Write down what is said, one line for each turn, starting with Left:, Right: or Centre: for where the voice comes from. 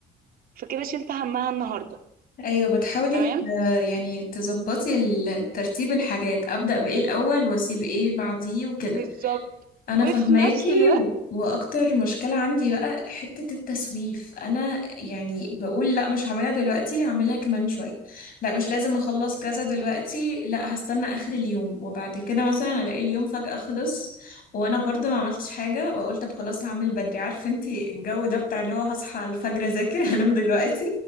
Right: فكده شلت همها النهارده
Left: ايوه بتحاولي
Right: تمام
Left: ت- يعني تظبطي ال- ترتيب الحاجات ابدا بايه الاول واسيب ايه بعديه وكده
Right: بالظبط
Left: انا
Right: وفي
Left: فهماكي
Right: نفس الوقت
Left: و- واكتر مشكلة عندي بقى حتة التسويف انا يعني بقول لا مش هعملها دلوقتي هعملها كمان شوية لا مش لازم اخلص كذا دلوقتي لا هستنى اخر اليوم وبعد كده مثلا الاقي اليوم فجأة خلص وانا برضه ما عملتش حاجة واقول طب خلاص هعمل بدري عارفة انتي الجو ده بتاع اللي هو هصحى الفجر اذاكر <laughs> هنام دلوقتي